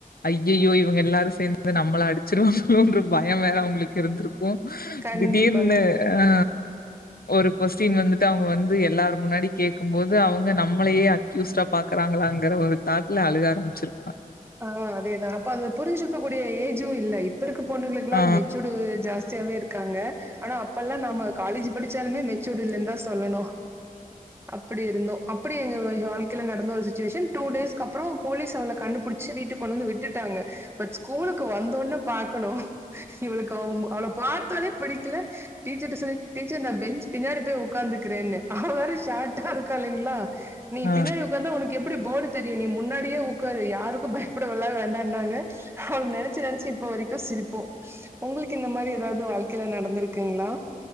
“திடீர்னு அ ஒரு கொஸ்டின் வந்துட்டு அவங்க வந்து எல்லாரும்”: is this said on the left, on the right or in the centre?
Left